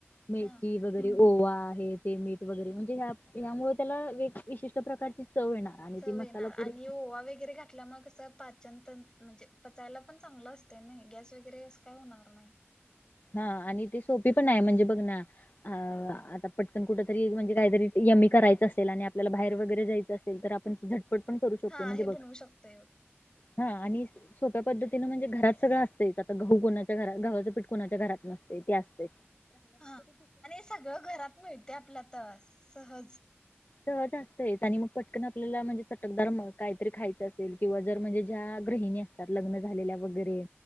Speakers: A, on the left; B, on the left.
A: मेथी
B: हा
A: वगैरे ओवा आहे ते मीठ वगैरे म्हणजे ह्या ह्यामुळे त्याला वे विशिष्ट प्रकारची चव येणार आणि
B: च
A: ती मसाला
B: येणार
A: पुरी
B: आणि ओवा वगैरे घातल्या मग असं पाचनत म्हणजे पचायला पण चांगलं असते नाही गॅस वगैरे अस काय होणार नाही
A: हा आणि ते सोपी पण आहे म्हणजे बघ ना अ आता पटकन कुठ तरी म्हणजे काहीतरी यमी करायचं असेल आणि आपल्याला बाहेर वगैरे जायचं असल तर आपण झटपट पण करू शकतो
B: हा
A: म्हणजे
B: हे
A: बघ.
B: बनवू शकतोय बघ.
A: हा आणि सोप्या पद्धतीनं म्हणजे घरात सगळं असतंच आता गहू कोणाच्या घरात घवाच पिठ कोुणाच्या घरात नसते ते असते.
B: हा आणि हे सगळं घरात मिळते आपल्या तर सहज.
A: सह जास्त आहेत आणि मग पटकन आपल्याला म्हणजे चटकदार काहीतरी खायचं असेल किंवा जर म्हणजे ज्या गृहिणी त्यात लग्न झालेल्या वगैरे.